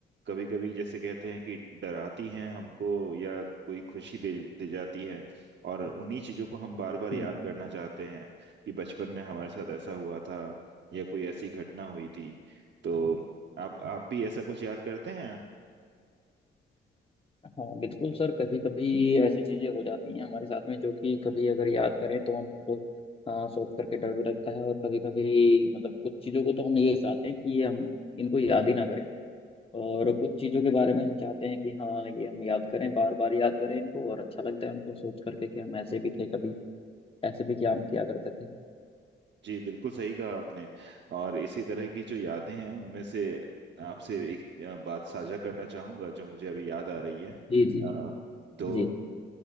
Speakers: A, on the right (about 65°); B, on the left (about 30°).
A: कभी कभी जैसे कहते हैं कि डराती हैं हमको या कोई खुशी दे दे जाती है और उन्हीं चीजों को हम बार बार याद
B: हम्म,
A: करना चाहते हैं कि बचपन में हमारे साथ ऐसा हुआ था या कोई ऐसी घटना हुई थी तो आप आप भी ऐसा कुछ याद करते हैं
B: हाँ बिल्कुल सर कभी कभी ऐसी चीज़ें हो जाती हैं हमारे साथ में जो कि कभी अगर याद करें तो हमको आ, सोच करके डर भी लगता है और कभी कभी मतलब कुछ चीज़ों को तो हम ये चाहते हैं कि ये हम इनको याद ही ना करें और कुछ चीज़ों के बारे में हम चाहते हैं कि हाँ ये हम याद करें बार बार याद करें इनको और अच्छा लगता है उनको सोच करके कि हम ऐसे भी थे कभी ऐसे भी क्या हम किया करते थे
A: जी बिल्कुल सही कहा आपने और इसी तरह की जो यादें हैं उनमें से आपसे एक अ, बात साझा करना चाहूंगा जो मुझे अभी याद आ रही है अ,
B: जी जी बिल्कुल
A: तो
B: जी